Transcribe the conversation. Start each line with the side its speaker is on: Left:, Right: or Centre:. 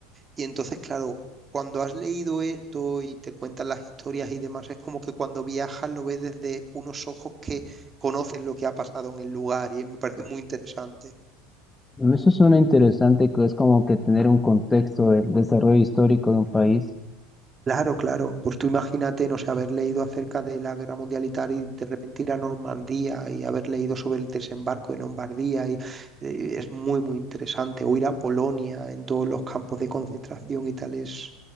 Right: Y entonces, claro, cuando has leído esto y te cuentan las historias y demás, es como que cuando viajas lo ves desde unos ojos que conocen lo que ha pasado en el lugar y me parece muy interesante.
Left: Eso suena interesante, que es como que tener un contexto del desarrollo histórico de un país.
Right: Claro, claro. Pues tú imagínate, no sé, haber leído acerca de la Guerra Mundial y tal y de repente ir a Normandía y haber leído sobre el desembarco en Lombardía y eh, es muy, muy interesante. O ir a Polonia en todos los campos de concentración y tal es...